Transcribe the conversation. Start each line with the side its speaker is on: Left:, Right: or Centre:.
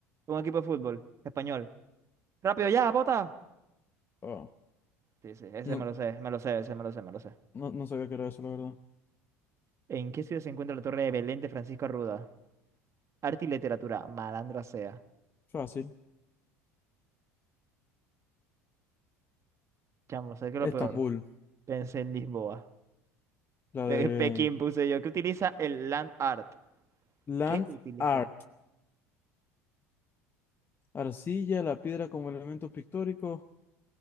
Right: Un equipo de fútbol español. Rápido, ya, bota.
Left: Ah,
Right: Sí, sí, ese
Left: no,
Right: me lo sé, me lo sé, ese me lo sé, me lo sé.
Left: no, no sabía que era eso, la verdad.
Right: ¿En qué ciudad se encuentra la Torre de Belén de Francisco Arruda? Arte y literatura, malandra sea.
Left: Fácil.
Right: Chamo, ¿sabes qué es lo peor?
Left: Estambul,
Right: Pensé en Lisboa.
Left: la
Right: Pe-
Left: de
Right: Pekín puse yo. ¿Qué utiliza el land art?
Left: Land
Right: ¿Qué utiliza?
Left: Art. Arcilla, la piedra como elemento pictórico.